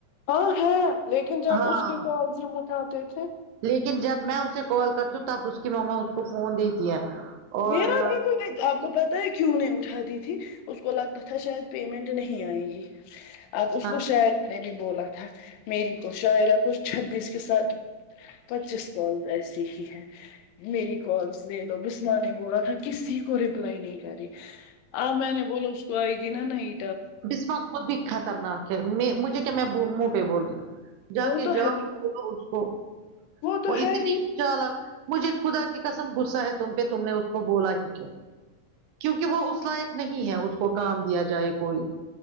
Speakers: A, on the left; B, on the right.
A: ہاں ہے لیکن جب
B: ہاں
A: اس کے کالز ہم اٹھاتے تھے
B: لیکن جب میں اسے کال کرتی ہوں تب اس کی مما اس کو فون دیتی ہے اور
A: میرا <unintelligible> آپ کو پتا ہے کیوں نہیں اٹھاتی تھی اس کو لگتا تھا شاید پیمنٹ نہیں آئے گی اب اس
B: ہاں
A: کو شاعر نے بھی بولا تھا میری کو شاعرہ کچ چھبیس کے ساتھ پچیس کال ایسی ہی ہے میری کالس لے لو ب اں نے بولا تھا کسی کو رپلائی نہیں کری آ میں نے بولا اس کو آئی گی نا نہیں
B: بسمہ خود بھی خطرناک ہے میں مجھے کیا میں منہ پہ بولتی ہوں جا
A: وہ
B: کے
A: تو
B: جاؤ
A: ہے ہی
B: بولو اس کو
A: تو
B: وہ
A: ہے
B: اتنی
A: ہی
B: چالک مجھے خدا کی قسم غصہ ہے تم پہ تم نے اس کو بولا ہی کیوں کیونکہ وہ اس لائق نہیں ہے اس کو کام دیا جائے کوئی